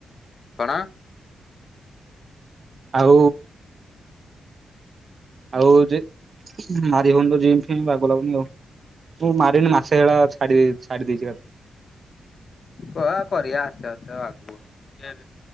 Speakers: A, on the left; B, on the right.
A: କଣ?
B: ଆଉ ଆଉ ଯେ ମାରି ହଉନ ତ ଜିମ ଫିମ ବାଗ ଲାଗୁନି ଆଉ। ମୁଁ ମାରିନି ମାସେ ହେଳା ଛାଡ଼ ଛାଡ଼ି ଦେଇଛି।
A: କ କରିବା ଆସ୍ତେ ଆସ୍ତେ ଆଗକୁ ଆଉ।